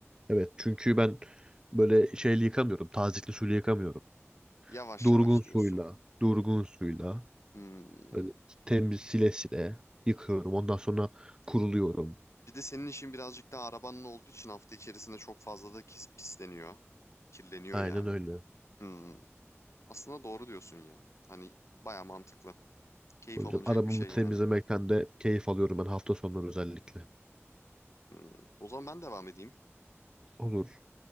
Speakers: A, on the right; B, on the left.
A: Evet çünkü ben böyle şeyle yıkamıyorum, tazikli suyla yıkamıyorum.
B: Yavaş
A: Durgun
B: yavaş
A: suyla,
B: diyorsun.
A: durgun suyla
B: Hmm.
A: böyle temiz sile sile yıkıyorum. Ondan sonra kuruluyorum.
B: Bir de senin işin birazcık daha arabanın olduğu için hafta içerisinde çok fazla da kis, pisleniyor. Kirleniyor
A: Aynen
B: yani.
A: öyle.
B: Hmm. Aslında doğru diyorsun ya. Hani baya mantıklı. Keyif
A: O yüzden
B: alınacak
A: arabamı
B: bir şey
A: temizlemekten
B: yani.
A: de keyif alıyorum ben hafta sonları özellikle.
B: Hmm. O zaman ben devam edeyim.
A: Olur.